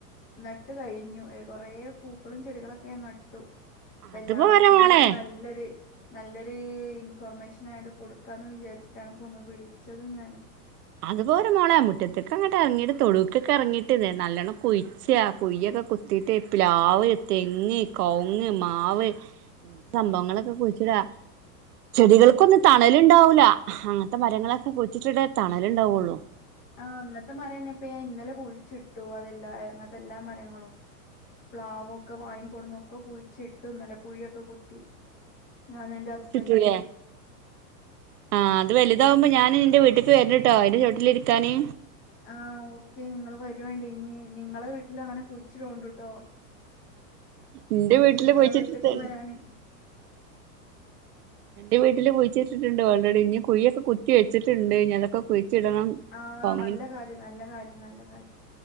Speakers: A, on the left; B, on the right.
A: നട്ട് കഴിഞ്ഞു എഹ് കൊറെേ പൂക്കളും ചെടികളൊക്കെ ന ട്ടു ഇപ്പം
B: അത്
A: എല്ലാവരിക്കും
B: പോരാ മോളെ
A: ഇതൊരു നല്ലൊരു നല്ലൊരു ഇൻഫർമേഷൻ ആയിട്ട് കൊടുക്കാന്ന് വിചാരിച്ചിട്ടാണ് ഇപ്പൊന്ന് വിളിച്ചതും ഞാന്
B: അത്പോരാ മോളെ മുറ്റത്തേക്ക് അങ്ങട്ട് ഇറങ്ങിട്ട് തൊടുക്കെറങ്ങിയിട്ട് നല്ലോണ്ണം കുയി്ച്ച് കുയ്യൊക്കെ കുത്തീട്ട് പ്ലാവ്, തെങ്ങ്, കവുങ്ങ്, മാവ് സംഭവങ്ങളൊക്കെ കുഴിച്ചിടാ ചെടികൾക്കൊന്നും തണലുണ്ടാവൂലാ അങ്ങനത്തെ മരങ്ങളൊക്കെ കുഴിച്ചിട് തണലുണ്ടാവുള്ളു
A: ആഹ് അങ്ങനത്തെ മരയിന്നപ്പോ ഞാൻ ഇന്നലെ കുഴിച്ചിട്ടു അതെല്ലാ അങ്ങനത്തെല്ലാ മരങ്ങളും പ്ലാവൊക്കെ വാങ്ങിക്കൊടുന്ന് ഒക്കെ കുഴിച്ചിട്ടു ഇന്നലെ കുഴിയൊക്കെ കുത്തി ഞാനും എന്റെ
B: കുഴിച്ചിട്ടൂല്ലേ
A: ഹസ്ബൻഡും കൂടി
B: ആഹ് അത് വലുതാവുമ്പോ ഞാൻ നിന്റെ വീട്ക്ക് വരിട്ടോ അതിന്റെ ചോട്ടിലിരിക്കാന്
A: ആഹ് ഓക്കെ നിങ്ങള് വരുണ്ടേ ഇനി നിങ്ങളെ വീട്ടിൽ അങ്ങനെ കുഴിച്ചിട്ട്ടോണ്ട് കേട്ടോ
B: എന്റെ
A: എനിക്ക്
B: വീട്ടില്
A: നിങ്ങളെ
B: കുഴിച്ചിട്ടിട്ട്
A: വീട്ടക്കും വരാന്
B: എന്റെ വീട്ടില് കുഴിച്ചിട്ടിട്ടുണ്ട് ആൾറെഡി ഇനി കുഴിയൊക്കെ കുത്തി വെച്ചിട്ടുണ്ട് ഇനി അ തൊക്കെ കുഴിച്ചിടണം
A: ആഹ്
B: കൊങ്ങിൻ
A: നല്ല കാര്യം നല്ല കാര്യം നല്ല കാര്യം